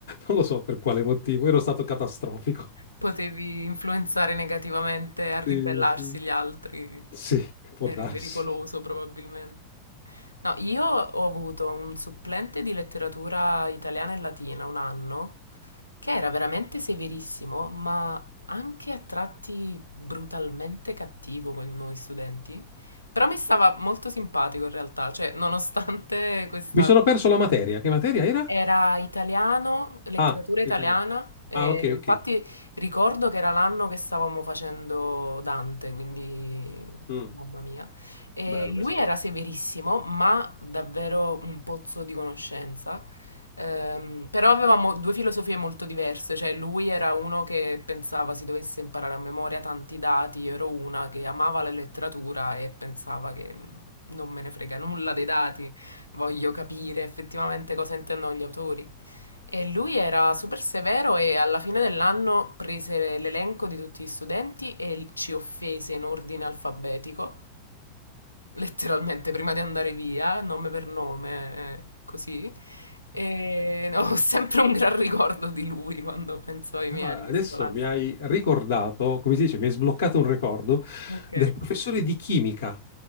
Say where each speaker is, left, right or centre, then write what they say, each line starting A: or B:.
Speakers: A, on the left; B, on the left.
A: non lo so per quale motivo, ero stato catastrofico.
B: Potevi influenzare negativamente a ribellarsi
A: Sì, sì.
B: gli altri.
A: Sì, può
B: Eri
A: darsi.
B: pericoloso probabilmente. No, io ho avuto un supplente di letteratura italiana e latina un anno che era veramente severissimo, ma anche a tratti brutalmente cattivo con noi studenti. Però mi stava molto simpatico in realtà, cioè nonostante questa
A: Mi sono perso la materia, che materia era?
B: era italiano, letteratura
A: Ah,
B: italiana,
A: italiano.
B: e
A: Ah, ok,
B: infatti
A: ok.
B: ricordo che era l'anno che stavamo facendo Dante, quindi
A: Mm,
B: mamma mia. E
A: bello, pesante.
B: lui era severissimo, ma davvero un pozzo di conoscenza. Ehm, però avevamo due filosofie molto diverse, cioè lui era uno che pensava si dovesse imparare a memoria tanti dati, io ero una che amava la letteratura e pensava che non me ne frega nulla dei dati, Voglio capire effettivamente cosa intendono gli autori. E lui era super severo e alla fine dell'anno prese l'elenco di tutti gli studenti e ci offese in ordine alfabetico, letteralmente prima di andare via, nome per nome, eh, così. E <laughs> ho sempre un gran ricordo di lui quando penso ai miei
A: Ah,
B: anni
A: adesso
B: scolastici.
A: mi hai ricordato, come si dice, mi hai sbloccato un ricordo
B: Ok,
A: del professore di chimica